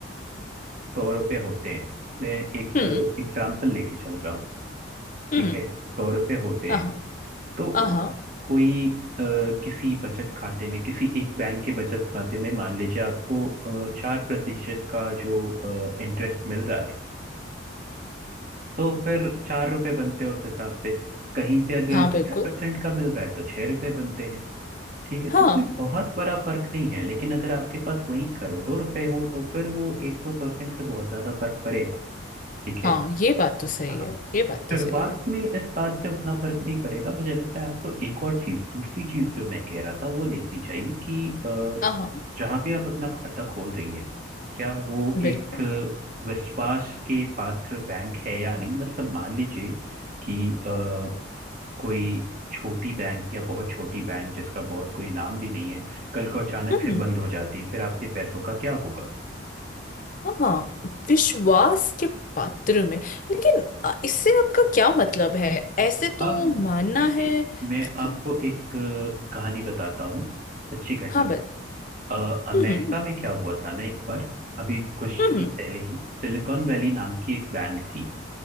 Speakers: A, on the right; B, on the left.
A: सौ रुपये होते हैं मैं एक
B: हम्म
A: एग्जाम्पल लेके चल रहा हूँ ठीक
B: हम्म
A: है सौ रुपये होते
B: हाँ
A: हैं
B: हाँ
A: तो
B: हाँ
A: कोई अ, किसी बचत खाते में किसी एक बैंक के बचत खाते में मान लीजिए आपको अ, चार प्रतिशत का जो इंटरेस्ट मिल रहा है तो फिर चार रुपये बनते हैं उस हिसाब से कहीं पे अगर
B: हाँ बिल्कुल
A: छह परसेंट का मिल रहा है तो छह रुपये बनते हैं ठीक है
B: हाँ
A: तो कोई बहुत बड़ा फर्क नहीं है लेकिन अगर आपके पास वही करोड़ों रुपए हो तो फिर वो एक दो परसेंट से बहुत ज्यादा फर्क पड़ेगा ठीक
B: हाँ
A: है
B: ये बात तो सही
A: हाँ
B: है ये बात तो
A: शुरुआत
B: सही है
A: में इस बात से उतना फर्क नहीं पड़ेगा मुझे लगता है आपको एक और चीज दूसरी चीज जो मैं कह रहा था वो देखनी चाहिए कि अ,
B: हाँ
A: जहाँ भी आप अपना खाता खोल रही है क्या वो एक
B: बिल्कुल
A: अ, विश्वास के पात्र बैंक है या नहीं मतलब मान लीजिए कि अ, कोई छोटी बैंक या बहुत छोटी बैंक जिसका बहुत कोई नाम भी नहीं है कल को अचानक
B: हम्म
A: से बंद हो जाती है फिर आपके पैसों का क्या होगा
B: हाँ विश्वास के पात्र में लेकिन अ, इससे आपका क्या मतलब है ऐसे तो
A: हाँ
B: मानना
A: देखिए
B: है
A: मैं
B: कि, कि
A: आपको एक अ, कहानी बताता हूँ सच्ची घटना
B: हाँ बस
A: अ, अमेरिका
B: हम्म
A: में क्या हुआ था ना एक बार अभी कुछ
B: हम्म
A: टाइम पहले ही सिलिकॉन वैली नाम की एक बैंक थी